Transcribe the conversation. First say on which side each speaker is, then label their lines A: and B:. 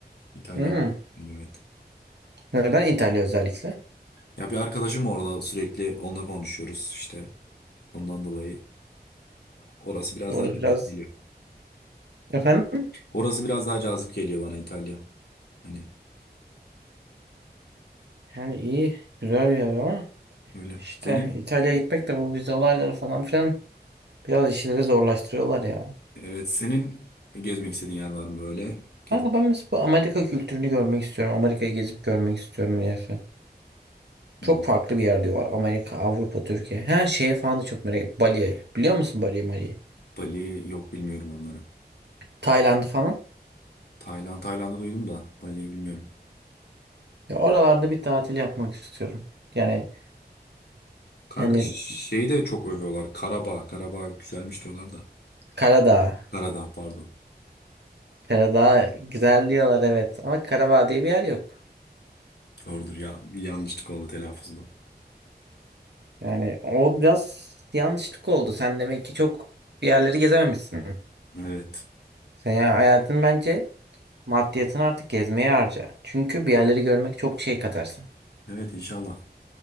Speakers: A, on the left; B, on the right.
A: İtalya.
B: Hmm.
A: Evet.
B: Neden İtalya özellikle?
A: Ya bir arkadaşım orada sürekli onunla konuşuyoruz işte. Ondan dolayı orası biraz
B: Orada
A: daha cazip
B: biraz
A: geliyor.
B: efendim
A: Orası biraz daha cazip geliyor bana İtalya. Hani
B: yani iyi güzel bir yer ama
A: öyle.
B: işte
A: Senin
B: İtalya'ya gitmek de bu vize olayları falan filan biraz işleri zorlaştırıyorlar ya.
A: evet senin gezmek istediğin yer var mı böyle? Gidip
B: Kanka ben mesela bu Amerika kültürünü görmek istiyorum. Amerika'yı gezip görmek istiyorum niyeyse.
A: hmm,
B: Çok farklı bir yer diyorlar. Amerika, Avrupa, Türkiye. Her şeye falan da çok merak ediyorum. Bali'ye. Biliyor musun Bali'yi, Mali'yi?
A: Bali yok bilmiyorum onları.
B: Tayland'ı falan.
A: Tayland Tayland'ı duydum da Bali'yi bilmiyorum.
B: Ya oralarda bir tatil yapmak istiyorum. Yani
A: Kanka
B: yani
A: şeyi de çok övüyorlar. Karabağ. Karabağ güzelmiş diyorlar da.
B: Karadağ.
A: Karadağ pardon.
B: Karadağ güzel diyorlar evet. Ama Karadağ diye bir yer yok.
A: Doğrudur ya. Bir yanlışlık oldu telaffuzda.
B: Yani o biraz yanlışlık oldu. Sen demek ki çok bir yerleri gezememişsin.
A: Evet.
B: Sen ya hayatın bence maddiyatını artık gezmeye harca. Çünkü bir yerleri görmek çok şey katarsın.
A: Evet inşallah.